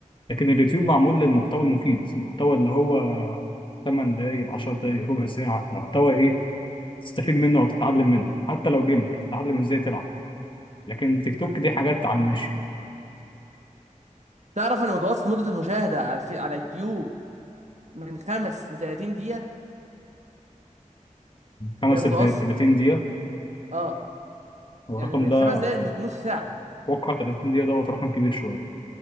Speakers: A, on the left; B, on the right.
A: لكن اليوتيوب معمول للمحتوى المفيد المحتوى اللي هو ثمان دقايق عشر دقايق ربع ساعة محتوى إيه تستفيد منه أو تتعلم منه حتى لو جيمنج تتعلم إزاي تلعب لكن التيك توك
B: مم.
A: دي حاجات على الماشي
B: تعرف ان متوسط مده المشاهده على الفي... على اليوتيوب من خمس ل 30 دقيقه
A: خمس
B: ده المتوسط
A: لت- 30 دقيقة
B: اه
A: هو
B: يعني
A: الرقم
B: من
A: ده
B: خمس دقايق لنص ساعه
A: أتوقع 30 دقيقة دوت رقم كبير شوية